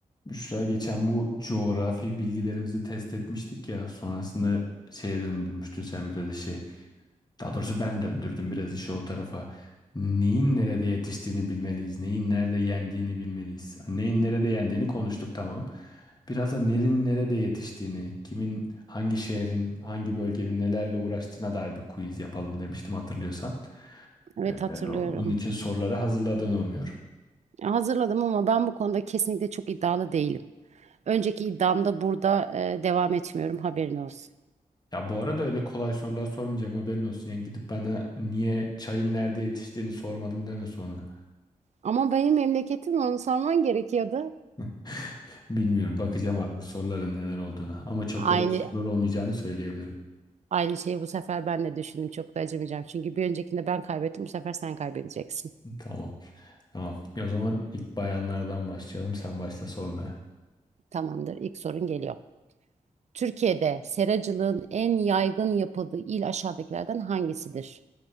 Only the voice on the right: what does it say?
Evet
hatırlıyorum.
Hazırladım ama ben bu konuda kesinlikle çok iddialı değilim. Önceki iddiamda burada e, devam etmiyorum haberin olsun.
Ama benim memleketim onu sorman gerekiyordu.
Aynı
aynı şeyi bu sefer ben de düşündüm. Çok da acımayacağım. Çünkü bir öncekinde ben kaybettim. Bu sefer sen kaybedeceksin.
Tamamdır. İlk sorun geliyor. Türkiye'de seracılığın en yaygın yapıldığı il aşağıdakilerden hangisidir?